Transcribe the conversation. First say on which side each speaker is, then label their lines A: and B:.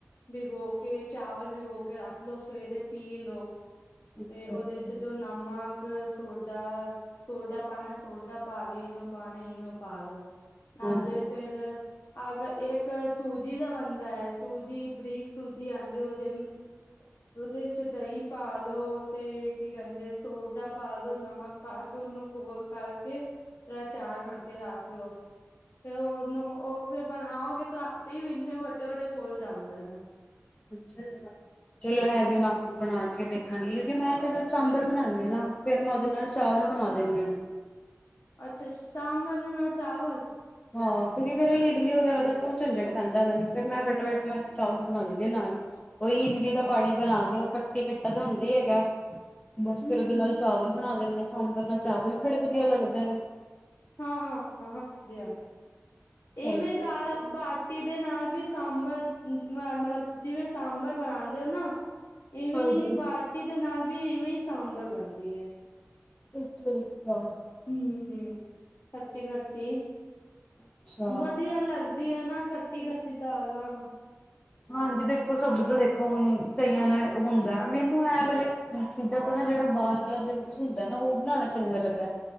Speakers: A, on the left; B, on the left.
A: ਬਿਗੋ ਕੇ, ਚਾਵਲ ਬਿਗੋ ਕੇ ਰੱਖ ਲੋ, ਸਵੇਰੇ ਪੀ ਲੋ।
B: ਅੱਛਾ
A: ਏ
B: ਅੱਛਾ
A: ਓਦੇ ਚ ਜੋ ਨਾ ਨਮਕ, ਸੋਡਾ-ਸੋਡਾ ਪਾਣਾ, ਸੋਡਾ ਪਾ ਲੋੋ, ਈਨੋ ਪਾਣਾ-ਈਨੋ ਪਾਲੋ। ਨਾਲੇ
B: ਹਾਂਜੀ
A: ਫੇਰ ਅਗ ਇੱਕ ਸੂਜੀ ਦਾ ਬਣਦਾ ਐ, ਸੂਜੀ ਬਰੀਕ ਸੂਜੀ ਆਂਦੀ। ਓਹਦੇ ਓਹਦੇ ਚ ਦਹੀਂ ਪਾਲੋੋ ਤੇ ਕੀ ਕੈਹਦੇ, ਸੋਡਾ ਪਾ ਲੋੋ ਨਮਕ ਪਾ ਕੇ ਓਨੂੰ, ਘੋਲ-ਘਾਲ ਕੇ ਤੇ ਚਾਰ ਘੰਟੇ ਰੱਖ ਲੋੋ। ਤੇ ਓਹਨੂੰ ਓ ਫੇਰ ਬਣਾਓਗੇ ਤਾਂ ਆਪੇ ਵੀ ਏਨੇ ਵੱਡੇ, ਵੱਡੇ ਫੁੱਲ ਜਾਂਦੇ ਨੇ।
B: ਅੱਛਾ ਜੀ। ਚਲੋ, ਐ ਵੀ
A: ਹੂੰ,
B: ਮੈਂ ਹੁਨ ਬਣਾ ਕੇ ਦੇਖਾਂਗੀ, ਕਿਓਕੇ ਮੈਂ ਤੇ ਸਾਂਬਰ ਬਣਾਂਦੀ ਆ ਨਾ। ਫੇਰ ਮੈਂ ਓਹਦੇ ਨਾਲ ਚਾਵਲ ਬਣਾ ਦਿੰਨੀ ਆਂ।
A: ਅੱਛਾ, ਸਾਂਬਰ ਦੇ ਨਾਲ ਚਾਵਲ
B: ਹਾਂ, ਕਿਓਕੇ ਫੇਰ ਇਡਲੀ ਵਗੈਰਾ ਦਾ ਤਾਂ ਝੰਜਟ ਪੈਂਦਾ ਮੈਨੂੰ, ਫੇਰ ਮੈਂ ਫਟਾਫਟ ਚਾਵਲ ਬਣਾ ਦਿੰਦੀ ਆ ਨਾਲ ਈ। ਓ ਈ ਈਮਲੀ
A: ਹਮ
B: ਦਾ ਪਾਣੀ ਬਣਾ ਕੇ, ਓ ਖੱਟੀੇ-ਖੱਟਾ ਤਾਂ ਹੁੰਦਾ ਈ ਹੈਗਾ, ਬਸ
A: ਹਮ
B: ਫੇਰ ਓਹਦੇ ਨਾਲ ਚਾਵਲ ਬਣਾ ਦਿੰਦੇ ਆ, ਸਾਂਬਰ ਨਾ ਚਾਵਲ ਵੀ ਬੜੇ ਵਧੀਆ ਲੱਗਦੇ ਨੇ
A: ਹਾਂ-ਹਾਂ-ਹਾਂ, ਹਾਂਜੀ, ਹਾਂ
B: ਹਾਂਜੀ
A: ਏਵੇਂ ਦਾਲ ਬਾ ਟੀ ਦੇ ਨਾਲ ਵੀ ਸਾਂਬਰ ਮ ਮਤਲਬ ਜਿਵੇਂ ਸਾਂਬਰ ਬਣਾਂਦੇ ਓ ਨਾ ਇਵੇਂ
B: ਹਾਂਜੀ
A: ਈ ਬਾਟੀ ਦੇ ਨਾਲ ਵੀ ਇਵੇਂ ਈ ਸਾਂਬਰ ਬਣਦੀ ਏ।
B: ਅੱਛਾ ਜੀ, ਹਾਂ।
A: ਹੂੰ-ਹੂੰ, ਖੱਟੀ-ਖੱਟੀ
B: ਅੱਛਾ
A: ਵਧੀਆ ਲੱਗ ਦੀ ਆ ਨਾ ਖੱਟੀ-ਖੱਟੀ ਦਾਲਾਂ
B: ਹਾਂਜੀ ਦੇਖੋ ਸਭ ਡਿੱਬੇ ਦੇਖੋ ਹੁਨ ਕਈਆਂ ਨੂੰ ਐ ਹੁੰਦੈ ਮੈਨੂੰ ਐ ਵਾਲੇ ਚੀਜਾਂ ਤੋਂ ਨਾ ਜੜਾ ਬਾਰਲਾ <unintelligible> ਹੁੰਦੈ ਨਾ ਓ ਬਣਾਣਾ ਚੰਗਾ ਲੱਗਦੈ।